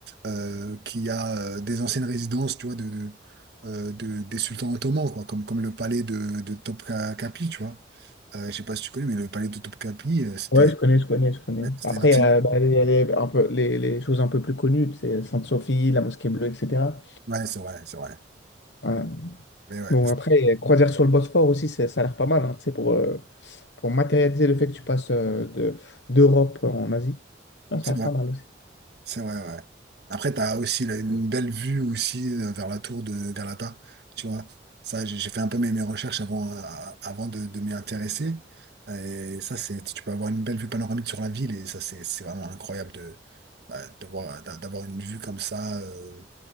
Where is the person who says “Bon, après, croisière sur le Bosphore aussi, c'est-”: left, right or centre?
Left